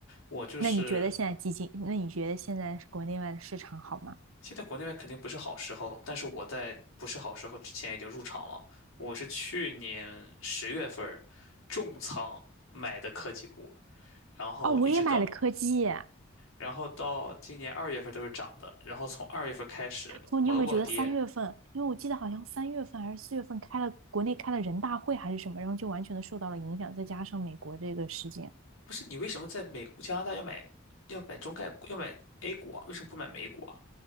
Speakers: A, on the left; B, on the right.
A: 我就是
B: 那你觉得现在基金，那你觉得现在国内外的市场好吗？
A: 现在国内外肯定不是好时候，但是我在不是好时候之前已经入场了，我是去年十月份儿重仓买的科技股。然后一直到，
B: 哦，我也买了科技。
A: 然后到今年二月份都是涨的，然后从二月份开始猛猛跌。
B: 不，你有没有觉得三月份？因为我记得好像三月份还是四月份开了国内开了人大会还是什么，然后就完全的受到了影响，再加上美国这个事件。
A: 不是你为什么在美加拿大要买要买中概股要买 A 股啊？为什么不买美股啊？